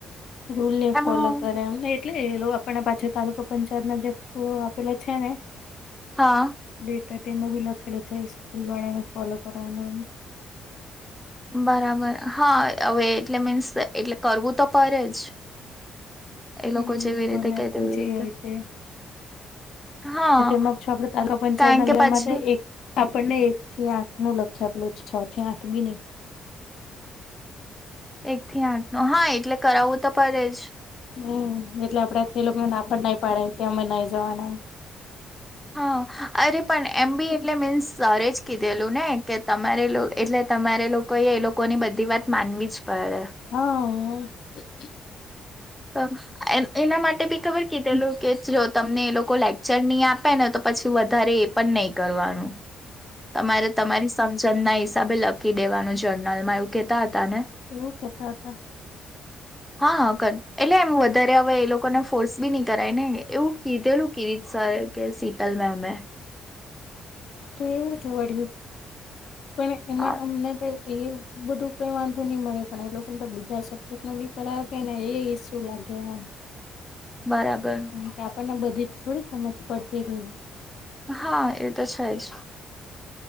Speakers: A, on the left; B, in the centre.
A: રૂલે
B: એમાં
A: ફોલો કરે એમને એટલે એ લોકો આપને પાછો તાલુકો પંચાયત ના જે આપેલો છે ને
B: હા.
A: ડેટા તેમાં બી લખેલો છે સ્કૂલ વાળાને ફોલો કરવાનો
B: બરાબર હા હવે એટલે મીન્સ એટલે કરવું તો પડે જ એ
A: હું
B: લોકો જેવી
A: ભલે
B: રીતે
A: આપડું
B: કે તેવી
A: જે
B: રીતે
A: હોય તે
B: હા
A: હવે તેમાં છ આપડે તાલુકા પંચાયત
B: કારણ
A: ના
B: કે
A: લેય
B: પછી
A: માં તે એક આપણને એક થી આઠનું લખી આપલું છે છ થી આઠ બી નઈ
B: એક થી આઠ નો હા એટલે કરાવું તો પડે જ
A: હું એટલે આપડાથી એ લોકોને ના પણ નઈ પાડાય કે અમે નઈ જવાના એમ
B: હા અરે પણ એમ બી એટલે મીન્સ સરે જ કીધેલું ને કે તમારે લું એટલે તમારે લો કોઈએ એ લોકોની બધી વાત માનવી જ પડે
A: હઅ <inaudible>
B: અ એમ એના માટે બી ખબર કીધેલું કે જો તમને એ લોકો લેક્ચર ની આપે ને તો પછી વધારે પન નઇ કરવાનું તમારે તમારી સમજણ ના હિસાબે લખી દેવાનું જર્નલમાં એવું કેતા હતા ને
A: એવું કેતા અતા
B: હા ક એટલે એમ વધારે હવે એ લોકોને ફોર્સ બી ની કરાય ને એવું કીધેલું કીરીત સરે કે શીતલ મેમે
A: તેવું જ વળી પણ
B: હા
A: એમાં અમને તો કેએ બધું કઈ વાંધો ની મળે પણ એ લોકોને તો બીજા સબ્જેક્ટનું બી કરાવે કે ને એ ઈસ્યુ લાગે એમ
B: બરાબર.
A: કારણ કે આપણને બધી જ થોડી સમજ પડતી હોય
B: હા એ તો છે જ